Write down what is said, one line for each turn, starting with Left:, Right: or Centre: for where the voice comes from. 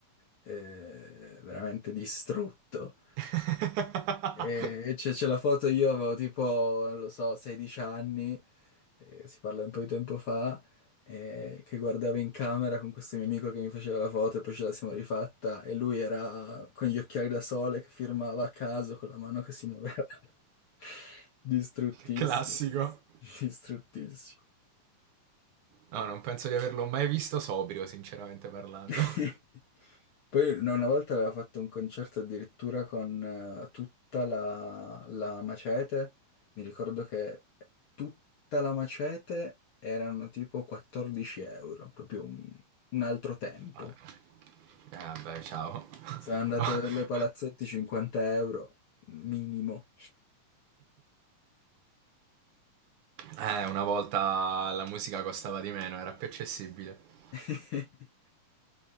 Left: eh, veramente distrutto.
Right: <laughs>
Left: E c'è c'è la foto, io avevo tipo, non lo so, 16 anni, eh, si parla un po' di tempo fa, eh, che guardavo in camera con questo mio amico che mi faceva la foto e poi ce la siamo rifatta e lui era con gli occhiali da sole che firmava a caso con la mano che si muoveva. <laughs> Distruttissimo,
Right: Classico.
Left: distruttissimo.
Right: No, non penso di averlo mai visto sobrio, sinceramente parlando.
Left: <laughs> Poi una una volta aveva fatto un concerto addirittura con eh, tutta la, la Macete, mi ricordo che tutta la Macete erano tipo 14 euro, proprio un, un altro tempo.
Right: ah, no. Eh vabbè, ciao.
Left: Sono andato
Right: <laughs>
Left: a vedere i palazzetti 50 euro minimo.
Right: Eh, una volta la musica costava di meno, era più accessibile.
Left: <laughs>